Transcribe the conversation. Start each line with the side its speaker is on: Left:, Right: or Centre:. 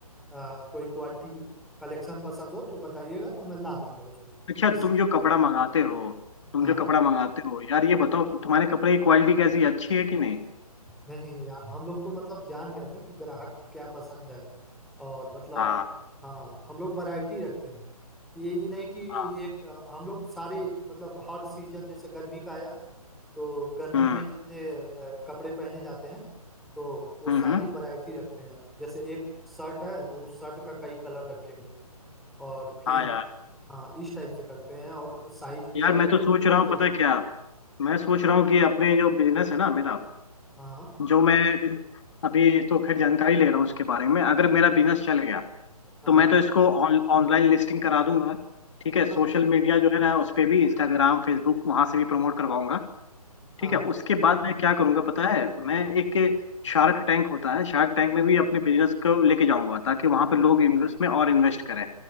Centre: अ, कोई क्वालिटी कलेक्शन पसंद हो तो बताइएगा तो मैं ला दूंगा उसको
Left: अच्छा
Centre: तो इससे
Left: तुम जो कपड़ा मंगाते हो तुम
Centre: हाँ
Left: जो कपड़ा
Centre: हाँ
Left: मंगाते हो यार ये बताओ तु- तुम्हारे कपड़े की क्वालिटी कैसी है अच्छी है कि नहीं
Centre: नहीं नहीं यार हम लोग तो मतलब जान गए ना कि ग्राहक की क्या पसंद है और मतलब
Left: हाँ
Centre: हाँ हम लोग वैरायटी रखते हैं ये ये नहीं कि
Left: हाँ
Centre: एक हम लोग सारे मतलब हर सीजन जैसे गर्मी का आया तो गर्मी
Left: हम्म
Centre: में जितने अ, कपड़े पहने जाते हैं तो वो
Left: हम्म
Centre: सारी
Left: हम्म,
Centre: वैरायटी रखते हैं जैसे एक शर्ट है तो उस शर्ट का कई कलर रखेंगे और फिर
Left: हाँ यार
Centre: हाँ इस टाइप से करते हैं और साइज भी
Left: यार
Centre: अलग
Left: मैं
Centre: अलग
Left: तो सोच
Centre: होना
Left: रहा
Centre: चाहिए
Left: हूँ पता है क्या मैं सोच रहा हूँ कि अपने जो बिजनेस है ना मेरा
Centre: हाँ
Left: जो मैं अभी तो खैर जानकारी ले रहा हूँ इसके बारे में अगर मेरा बिजनेस चल गया
Centre: हाँ
Left: तो मैं तो इसको ऑनलाइन लिस्टिंग करा दूंगा ठीक है
Centre: हाँ
Left: सोशल मीडिया जो है ना उस पे भी इंस्टाग्राम फेसबुक वहां से भी प्रमोट करवाऊंगा
Centre: हाँ
Left: ठीक है उसके बाद मैं क्या करूंगा पता है मैं एक शार्क टैंक होता है शार्क टैंक में भी अपने बिजनेस को लेके जाऊंगा ताकि वहां पे लोग इन्वेस्ट में और इन्वेस्ट करें